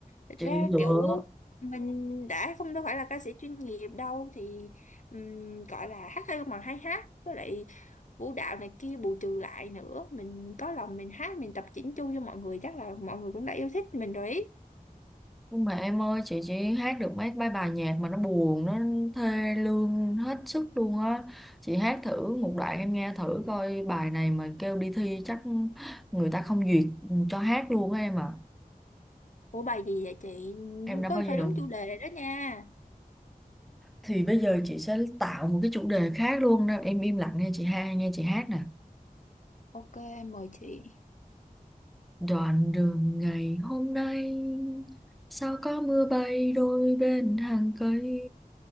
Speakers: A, on the left; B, in the centre.
A: thật
B: chị
A: ra
B: lựa
A: kiểu mình đã không đâu phải là ca sĩ chuyên nghiệp đâu thì ừm, gọi là hát hay mà hay hát với lại vũ đạo này kia bù trừ lại nữa mình có lòng mình hát mình tập chỉnh chu cho mọi người chắc là mọi người cũng đã yêu thích mình rồi ý.
B: nhưng mà em ơi chị chỉ hát được mấy mấy bài nhạc mà nó buồn nó thê lương hết sức luôn á chị hát thử một đoạn em nghe thử coi bài này mà kêu đi thi chắc người ta không duyệt cho hát luôn á em à
A: Ủa bài gì vậy chị
B: em đã
A: có
B: bao giờ
A: phải đúng chủ đề đó nha
B: thì bây giờ chị sẽ tạo một cái chủ đề khác luôn đó em im lặng nghe chị ha nghe chị hát nè
A: Ok, em mời chị.
B: Đoạn đường ngày hôm nay sao có mưa bay đôi bên hàng cây